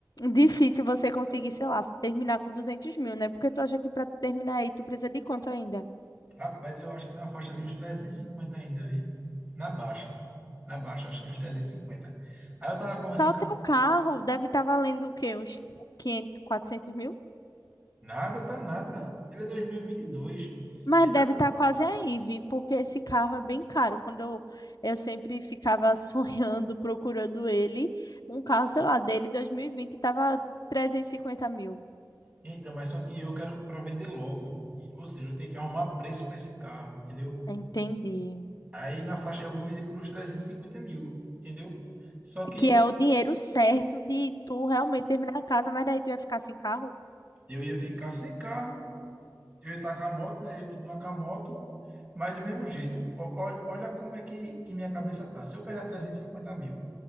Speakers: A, on the left (about 60°); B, on the right (about 20°).
A: Difícil você conseguir, sei lá, terminar com 200 mil, né? Porque tu acha que para terminar aí tu precisa de quanto ainda?
B: Rapaz, eu acho que na faixa de uns 350 ainda, viu? Na baixa. Na baixa, acho que uns 350. Aí eu tava conversando
A: Só o teu carro deve estar valendo o quê? Uns quinhentos quatrocentos mil?
B: Nada, tá nada. Ele é dois mil e e vinte e dois
A: Mas
B: Ele tá...
A: deve estar quase aí, Vi, porque esse carro é bem caro. Quando eu, eu sempre ficava <laughs> sonhando, procurando ele, um carro, sei lá, dele dois mil e vinte estava 350 mil.
B: Então, mas só que eu quero para vender logo. Ou seja, eu tenho que arrumar preço para esse carro, entendeu?
A: Entendi.
B: Aí na faixa eu vou vender por uns 350 mil, entendeu? Só que
A: Que é o dinheiro certo de tu realmente terminar a casa, mas daí tu ia ficar sem carro?
B: eu ia ficar sem carro, eu ia estar com a moto, né? Eu ia continuar com a moto, mas do mesmo jeito. Ó, ó, Olha como é que, que minha cabeça tá. Se eu pegar 350 mil